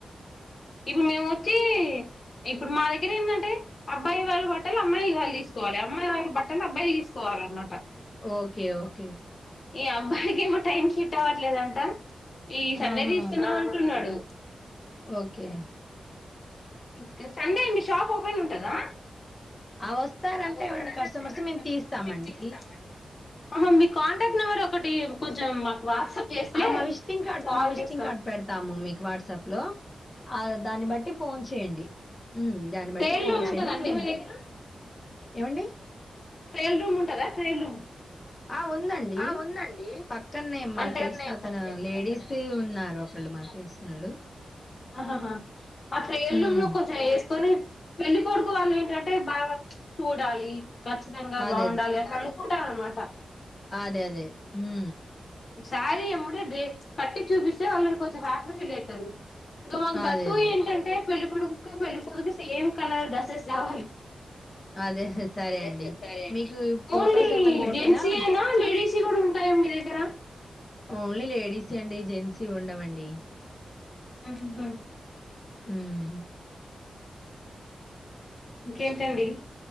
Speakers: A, on the left (about 50°); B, on the left (about 25°).
A: ఇప్పుడు మేము వచ్చి ఇప్పుడు మా దగ్గర ఏంటంటే అబ్బాయి వాళ్ళ ప అమ్మాయి వాళ తీసుకోవాల అమ్మాయి వారు బ కాని అబ్బాయి తీసుకోవాలన్నమాట
B: ఓకే ఓకే
A: ఈ అబ్బాయికి ఏమో టైంకి పోవట్లేదంట ఈ సండే
B: ఆహా!
A: తీసుకుందాం అంటున్నాడు
B: ఓకే
A: ఇంక సండే మీ షాప్ ఓపెన్ ఉంటదా
B: ఆ వస్తారంటే
A: ఆ వస్తానంటే
B: ఎవరైనా కస్టమర్స్
A: ఎవరన్న
B: మేము
A: కస్టమర్స్
B: తీస్తామండి.
A: మేము తీస్తామండి మీ కాంటాక్ట్ నెంబర్ ఒకటి కొంచెం వాట్సాప్ చేస్తే
B: ఆ మా విజిటింగ్ కార్డు
A: కాల్
B: మా విజిటింగ్
A: చేస్తాం
B: కార్డు పెడతాము మీకు వాట్సాప్ లో ఆ దాన్ని బట్టి ఫోన్ చేయండి దాన్ని
A: ట్రయల్
B: బట్టి ఫోన్
A: రూమ్
B: చేయండి
A: ఉంటదండి
B: మేము
A: మీ దగ్గర
B: ఏమండి
A: ట్రైల్ రూమ్ ఉంటదా ట్రైల్ రూమ్
B: ఆ! ఉందండి.
A: ఆ ఉందండి
B: పక్కనే మాకు
A: అంటే
B: తెలిసిన అతను
A: మాకు తెలిసిన
B: లేడీస్
A: అతను, లేడీస్
B: ఉన్నారు ఒకళ్ళు
A: ఉన్నారు
B: మాకు తెలిసినోళ్ళు.
A: <unintelligible>
B: హ్మ్.
A: కొన్ని పెళ్లి కొడుకు వాళ్ళు ఏంటంటే బాగా చూడాలి ఖచ్చితంగా
B: అదే.
A: బాగుండాలి
B: అదే.
A: అట్లా కుట్టాలనమాట
B: అదే అదే హు
A: సారీ ఎమ్మడే కట్టి చూపిస్తే వాళ్ళు కొంచెం హ్యాపీగా ఫీల్ అయితారు సో మాకు దట్
B: అదే.
A: టూ
B: అదే.
A: ఏంటంటే పెళ్ ప్పు ఏం సేమ్ కలర్ డ్రెస్సెస్ ఆ
B: అదే. సరే
A: అదే
B: అండి.
A: సరే అ
B: మీకు ఫోటోస్
A: ఓన్లీ
B: ఏమన్నా పెట్టినా
A: జెంట్స్ వేన లేడీస్ <unintelligible> ఉంటాయా మీ దగ్గర
B: ఓన్లీ లేడీస్ అండి జెంట్స్ ఇ్వండవండి
A: ఉహు
B: <inaudible>
A: ఇంకేంటి అండి